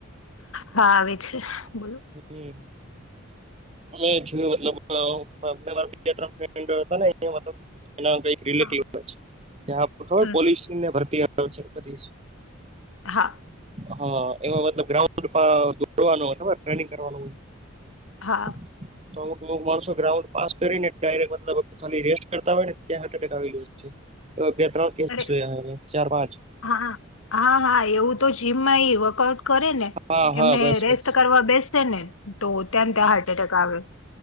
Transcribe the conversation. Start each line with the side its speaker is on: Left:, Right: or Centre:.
Left: હા આવે છે બોલો
Right: હમ મે જોયું મતલબ ત્રણ એના કઈક રિલેટ
Left: હા,
Right: હો્યા ખબર
Left: હમ
Right: પોલીસને ભરતી આવે છેી
Left: હા.
Right: હા એમાં મતલબ ગ્રાઉન્ડ દોડવાનું રનિંગ કરવાનું.
Left: હા.
Right: <inaudible> તોુ બુ માણસો ગ્રાઉડ પાસ કરીને ડાયરેક્ટ મતલબ ખાલી રેસ્ટ કરતા હોય ને ત્યાં હટેક આવી ગ છે બે ત્રણ કેસ
Left: અરે
Right: જોયા ચાર પાંચ
Left: હા હા હા એવું તો જીમમાં વર્કઆઉટ કરે ને
Right: હા હા
Left: એમને
Right: બસ બસ
Left: રેસ્ટ કરવા બેસે ને તો ત્યાં ત્યાં હાર્ટ એટેક આવે